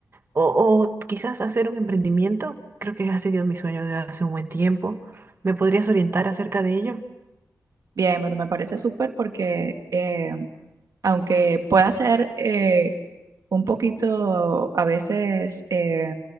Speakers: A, on the right; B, on the right.
A: o, o quizás hacer un emprendimiento, creo que ha sido mi sueño desde hace un buen tiempo. ¿Me podrías orientar acerca de ello?
B: Bien, bueno, me parece súper porque eh, aunque pueda ser eh, un poquito a veces eh,